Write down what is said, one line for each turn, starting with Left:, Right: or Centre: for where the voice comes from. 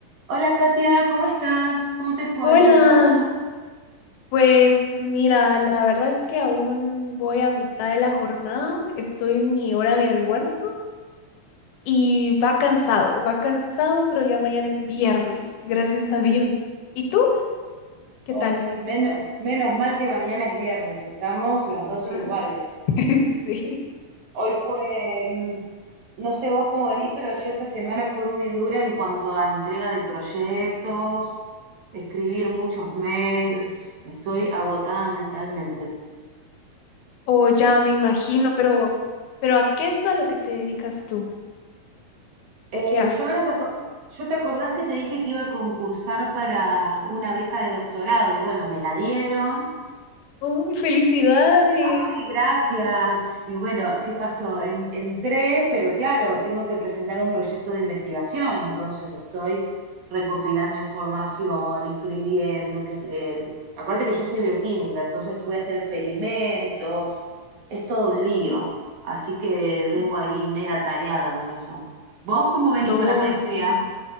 Right: Hola Katia, ¿cómo estás? ¿Cómo te fue
Left: Hola,
Right: hoy en el trabajo?
Left: pues mira, la verdad es que aún voy a mitad de la jornada, estoy en mi hora de almuerzo y va cansado, va cansado, pero ya mañana es viernes, gracias a Dios. ¿Y tú? ¿Qué
Right: Hoy
Left: tal?
Right: sí, menos, menos mal que mañana es viernes, estamos las dos
Left: Claro.
Right: iguales.
Left: <laughs> Sí.
Right: Hoy fue, mm, no sé vos cómo venís, pero yo esta semana fue muy dura en cuanto a entrega de proyectos, escribir muchos mails, estoy agotada mentalmente.
Left: O ya me imagino, pero, pero ¿a qué es a lo que te dedicas tú?
Right: Eh,
Left: ¿Qué haces?
Right: yo ahora te, aco- yo te acordás que te dije que iba a concursar para una beca de doctorado y bueno, me la dieron
Left: ¡Uy, felicidades!
Right: Ay, gracias. Y bueno, ¿qué pasó? En- entré, pero claro, tengo que presentar un proyecto de investigación, entonces estoy recopilando información, escribiendo, que eh, acuérdate que yo soy bioquímica, entonces voy a hacer experimentos, es todo un lío, así que vengo
Left: Ya.
Right: ahí media atareada con eso. ¿Vos cómo venís
Left: No,
Right: con la maestría?
Left: sí.